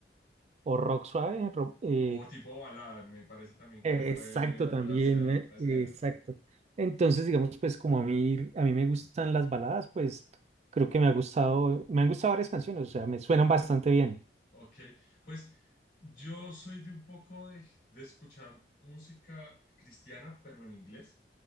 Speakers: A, on the right (about 40°); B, on the left (about 55°).
A: o rock suave. ro- eh,
B: O tipo balada, me parece también
A: exacto,
B: que puede vincularse
A: también,
B: a
A: eh,
B: a ese
A: exacto.
B: género.
A: Entonces, digamos, pues como a mí, a mí me gustan las baladas, pues creo que me ha gustado, me han gustado varias canciones, o sea, me suenan bastante bien.
B: Ok, pues yo soy de un poco de, de escuchar música cristiana, pero en inglés.